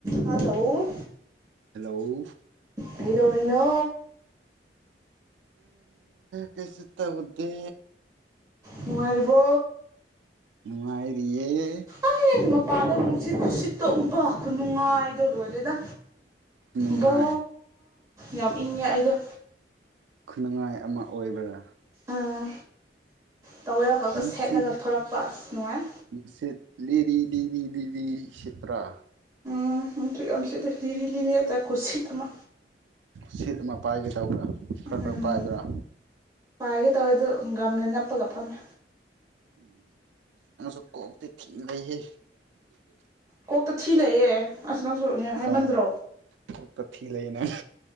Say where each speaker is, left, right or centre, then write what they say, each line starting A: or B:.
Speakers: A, on the right; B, on the right.
A: hello
B: hello
A: ꯀꯩꯗꯧꯔꯤꯅꯣ
B: ꯀꯩꯁꯨ ꯇꯧꯗꯦ
A: ꯅꯨꯡꯉꯥꯏꯔꯤꯕꯣ
B: ꯅꯨꯡꯉꯥꯏꯔꯤꯌꯦ
A: ꯑꯩ ꯃꯄꯥꯗ ꯅꯨꯡꯁꯤꯠ ꯅꯨꯡꯁꯤꯠꯇꯣꯕ ꯈꯨꯅꯨꯡꯉꯥꯏꯗꯣ ꯂꯣꯏꯔꯦꯗ
B: ꯈꯨꯅꯨꯡꯉꯥꯏ
A: ꯕꯣ ꯌꯥꯝ ꯏꯪꯉꯦ ꯑꯩꯒ
B: ꯈꯨꯟꯅꯨꯡꯉꯥꯏ ꯑꯃ ꯑꯣꯏꯕ꯭ꯔꯥ
A: ꯑꯥ ꯇꯋꯦꯜ ꯈꯛꯒ
B: ꯅꯨꯡꯁꯤꯠ
A: ꯁꯦꯠꯂꯒ ꯊꯣꯔꯛꯄ ꯑꯁ ꯅꯨꯡꯉꯥꯏ
B: ꯅꯨꯡꯁꯤꯠ ꯂꯤꯔꯤ ꯂꯤꯕꯤ ꯕꯤꯕꯤ ꯁꯤꯠꯄ꯭ꯔꯥ
A: <unintelligible> ꯌꯥꯝ ꯁꯤꯠꯂꯤ ꯂꯤꯔꯤ ꯂꯤꯅꯦꯇꯥ ꯀꯨꯁꯤꯠ ꯑꯃ
B: ꯁꯤꯠ ꯑꯃ ꯄꯥꯏꯒꯦ ꯇꯧꯕ꯭ꯔꯥ ꯈꯔ
A: ꯎꯝ
B: ꯈꯔ ꯄꯥꯏꯕ꯭ꯔꯥ
A: ꯄꯥꯏꯒꯦ ꯇꯧꯋꯦ ꯑꯗꯨ ꯒꯝꯅ ꯅꯞꯄꯒ ꯐꯝꯃꯦ
B: ꯎꯝ ꯑꯁ ꯅꯪꯁꯨ ꯀꯣꯛꯇꯤ ꯊꯤꯅ ꯂꯩꯍꯦ
A: ꯀꯣꯛꯇ ꯊꯤ ꯂꯩꯛꯑꯦ ꯑꯁ ꯅꯪꯁꯨ ꯍꯦꯛ ꯍꯥꯏꯃꯟꯗ꯭ꯔꯣ
B: ꯑꯥ ꯀꯣꯛꯇ ꯊꯤ ꯂꯩꯌꯦꯅꯦ